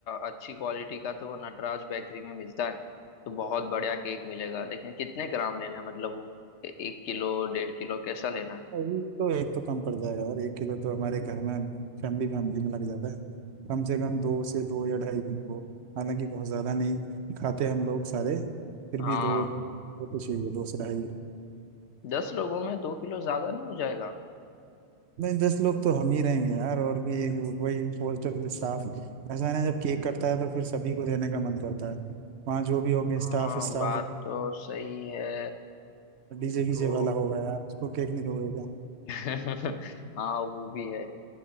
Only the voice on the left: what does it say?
अच्छी क्वालिटी का तो वो नटराज बेकरी में मिलता है तो बहुत बढ़िया केक मिलेगा लेकिन कितने ग्राम लेना है मतलब वो ए- एक किलो डेढ़ किलो कैसा लेना है
हाँ
दस लोगों में दो किलो ज्यादा नहीं हो जाएगा
हाँ
बात तो सही है
तो
<laughs> हाँ वो भी है